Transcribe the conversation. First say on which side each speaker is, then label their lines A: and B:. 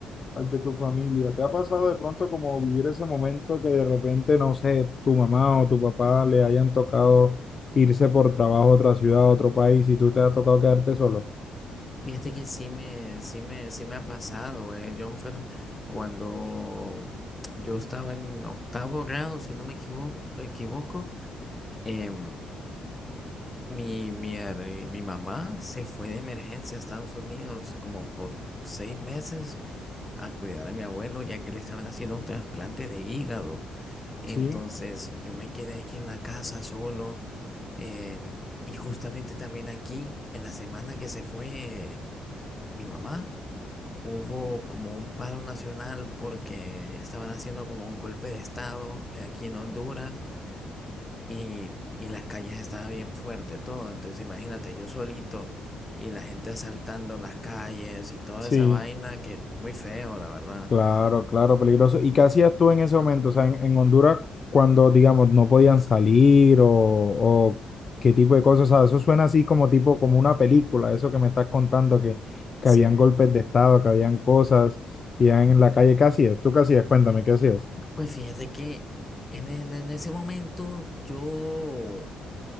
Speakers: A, on the left (about 40°); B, on the left (about 20°).
A: al de tu familia. ¿Te ha pasado de pronto como vivir ese momento que de repente, no sé, tu mamá o tu papá le hayan tocado irse por trabajo a otra ciudad, a otro país y tú te ha tocado quedarte solo?
B: Fíjate que sí me, sí me, sí me ha pasado, güey, Jonfer, cuando yo estaba en octavo grado, si no me equivoco, equivoco, em, Mi, mi, her- mi mamá se fue de emergencia a Estados Unidos como por seis meses a cuidar a mi abuelo ya que le estaban haciendo un trasplante de hígado. Entonces
A: Sí,
B: yo me quedé aquí en la casa solo em, y justamente también aquí, en la semana que se fue mi mamá, hubo como un paro nacional porque estaban haciendo como un golpe de estado aquí en Honduras y, y las calles estaba bien fuerte todo. Entonces imagínate yo solito y la gente asaltando las calles y toda
A: sí.
B: esa vaina que muy feo, la verdad.
A: Claro, claro, peligroso. ¿Y qué hacías tú en ese momento? O sea, en, en Honduras, cuando, digamos, no podían salir o, o qué tipo de cosas. O sea, eso suena así como tipo, como una película, eso que me estás contando, que, que
B: Sí.
A: habían golpes de estado, que habían cosas, y ya en la calle. ¿Qué hacías? ¿Tú qué hacías? Cuéntame, ¿qué hacías?
B: Pues fíjate que en, en en ese momento yo...